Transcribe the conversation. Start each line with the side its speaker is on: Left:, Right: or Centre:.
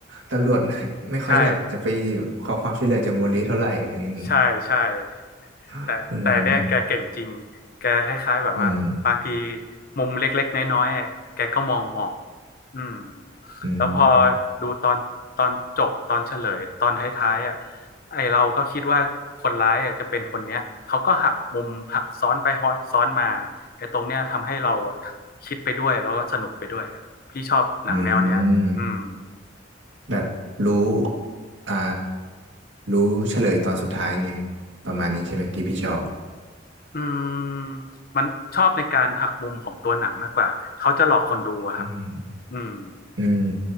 Right: ตำรวจ <laughs> ไม่ค่อยอยากจะไป
Left: ใช่
Right: ขอความช่วยเหลือจากโมริเท่าไหร่อะไรอย่างงี้
Left: ใช่ใช่
Right: <laughs>
Left: แต่แต่เนี่ยแกเก่งจริง
Right: อืม
Left: แกคล้ายๆแบบว่าบางที
Right: อืม
Left: มุมเล็กๆน้อยๆอะแกก็มองออกอืม
Right: อืม
Left: แล้วพอดูตอนตอนจบตอนเฉลยตอนท้ายๆอ่ะไอเราก็คิดว่าคนร้ายอ่ะจะเป็นคนเนี้ยเขาก็หักมุมหักซ้อนไปฮอซ้อนมาไอตรงเนี้ยทำให้เราอะคิดไปด้วยแล้วก็สนุกไปด้วยอะพี่ชอบหนังแนวเนี้ยอืม
Right: อืม แบบรู้ อ่า รู้เฉลยตอนสุดท้ายไงประมาณนี้ใช่ไหมที่พี่ชอบ
Left: อืมมันชอบในการหักมุมของตัวหนังมากกว่าเขาจะหลอกคนดูอะครับ
Right: อืม
Left: อืม
Right: อืม